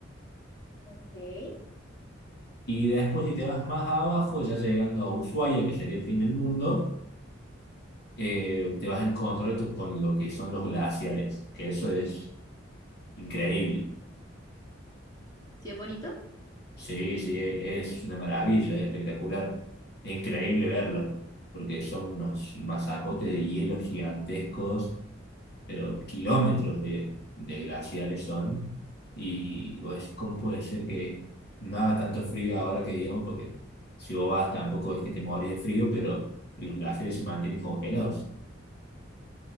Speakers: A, on the left; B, on the left.
A: Ok.
B: Y después si te vas más abajo, ya llegando a Ushuaia, que sería el fin del mundo, eh, te vas a encontrar to- con lo que son los glaciares, que eso es increíble.
A: ¿Sí es bonito?
B: Sí, sí, es una maravilla, es espectacular. Es increíble verlo, porque son unos masacotes de hielo gigantescos, pero kilómetros de, de glaciares son. Y vos decís, ¿cómo puede ser que no haga tanto frío ahora que digamos? Porque si vos vas tampoco es que te morís de frío, pero los glaciares se mantienen congelados.